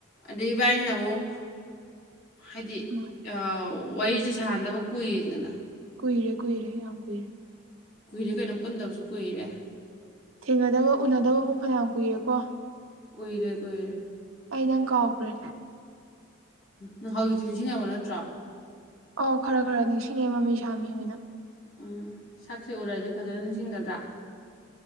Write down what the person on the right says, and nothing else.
ꯃꯥ
ꯀꯨꯏꯔꯦ ꯀꯨꯏꯔꯦ ꯌꯥꯝ ꯀꯨꯏꯔꯦ
ꯊꯦꯡꯅꯥꯗꯕ ꯎꯅꯥꯗꯕꯕꯨ ꯐꯥꯅꯌꯥꯝ ꯀꯨꯏꯔꯦꯀꯣ
ꯑꯩ ꯅꯪ ꯀꯥꯎꯒ꯭ꯔꯦ
ꯑꯧ ꯈꯔ ꯈꯔꯥ ꯅꯤꯡꯁꯤꯡꯉꯦ ꯃꯥꯃꯤ ꯁꯥꯃꯤ ꯑꯣꯏꯅ